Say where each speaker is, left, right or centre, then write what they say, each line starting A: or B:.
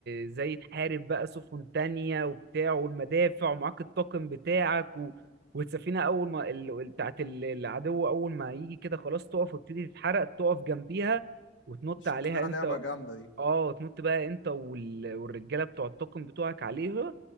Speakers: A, on the right; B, on the left.
A: زي تحارب بقى سفن تانية وبتاع والمدافع ومعاك الطاقم بتاعك و... والسفينة أول ما ال... ال- بتاعت ال- العدو أول ما يجي كده خلاص تقف وتبتدي تتحرق تقف جنبيها وتنط
B: شكلها
A: عليها أنت
B: لعبة جامدة دي
A: اه تنط بقى أنت وال... والرجالة بتوع الطاقم بتوعك عليها